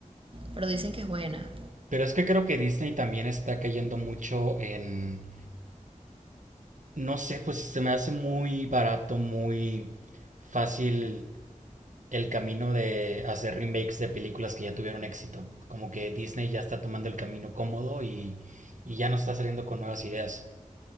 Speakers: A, on the right; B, on the right.
A: pero dicen que es buena.
B: Pero es que creo que Disney también está cayendo mucho en... No sé, pues se me hace muy barato, muy fácil el camino de hacer remakes de películas que ya tuvieron éxito. Como que Disney ya está tomando el camino cómodo y, y ya no está saliendo con nuevas ideas.